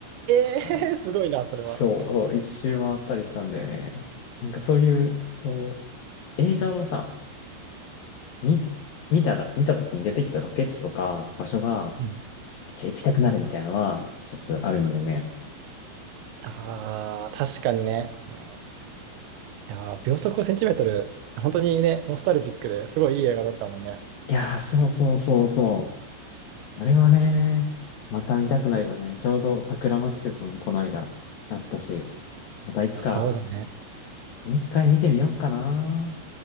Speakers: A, on the right; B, on the left.
A: え
B: あ
A: え <laughs> すごいな、それは。
B: そう、そう一周回ったりしたんだよね。なんかそういう、こう、映画をさ、見、見たら、見た時に出てきたロケ地とか場所が、
A: うん。
B: めっちゃ行きたくなるみたいなのは、一つあるんだよね。
A: ああ、確かにね。あのいやー、秒速ごセンチメートル、本当にね、ノスタルジックですごいいい映画だったもんね。
B: いやー、そうそうそうそ
A: 確かに
B: う。あれはね、また見たくなるよね。ちょうど桜の季節もこの間、あったし、またいつか、
A: そうだね。
B: もう一回見てみようかな。